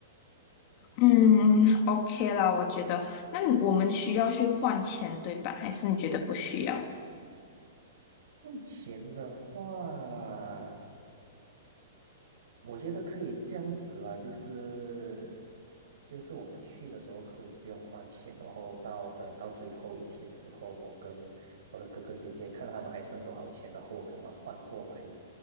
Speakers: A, on the left; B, on the right.
A: 嗯 <laughs>，OK 啦，我觉得，那你我们需要去换钱，对吧？还是你觉得不需要？
B: 目前的话。我觉得可以这样子啊，就是就是我们去的时候可以不用换钱，然后到可能到最后一天的时候，我跟我的哥哥姐姐看他们还剩多少钱，然后我给他们换过来，